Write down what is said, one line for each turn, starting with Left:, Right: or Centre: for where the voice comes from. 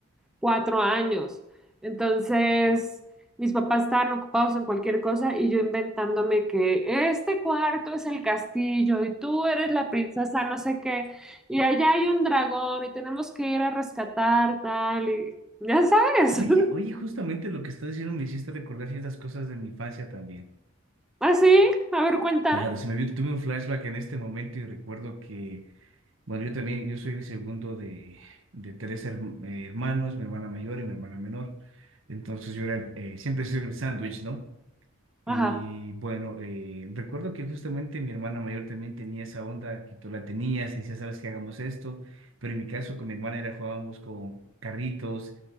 Centre: cuatro años. Entonces, mis papás estaban ocupados en cualquier cosa y yo inventándome que este cuarto es el castillo y tú eres la princesa, no sé qué, y allá hay un dragón y tenemos que ir a rescatar tal y ya sabes.
Right: Oye,
Centre: <laughs>
Right: oye, justamente lo que estás diciendo me hiciste recordar ciertas cosas de mi infancia también.
Centre: Así, a ver, cuenta.
Right: Claro, se me vino, tuve un flashback en este momento y recuerdo que, bueno, yo también, yo soy el segundo de, de tres herm- eh, hermanos, mi hermana mayor y mi hermana menor. Entonces yo era, eh, siempre soy el sándwich, ¿no? Y
Centre: Ajá.
Right: bueno, eh, recuerdo que justamente mi hermana mayor también tenía esa onda que tú la tenías y decía, sabes que hagamos esto, pero en mi caso con mi hermana era jugábamos con carritos